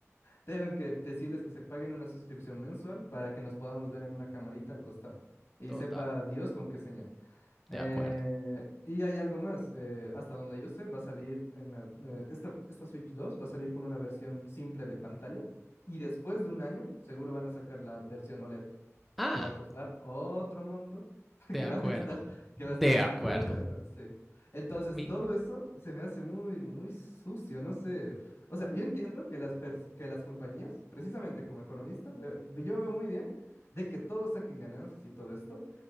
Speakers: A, on the left; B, in the centre.
A: tengo que decirles que se paguen una suscripción mensual para que nos podamos ver en una camarita al costado. Y
B: Total.
A: sepa Dios con qué señal.
B: De
A: Eh,
B: acuerdo.
A: y hay algo más, eh, hasta donde yo sé, va a salir en la, eh, esta, esta Switch 2 va a salir con una versión simple de pantalla y después de un año seguro van a sacar la versión OLED,
B: Ah,
A: que va a costar otro monto, <laughs>
B: de
A: que
B: acuerdo.
A: va a costar, que
B: De
A: va a estar mucho
B: acuerdo.
A: mejor, sí. Entonces,
B: Mi.
A: todo eso se me hace muy, muy sucio, no sé. O sea, yo entiendo que las, pers- que las compañías, precisamente como economista, eh, yo veo muy bien de que todos saquen ganancias y todo esto.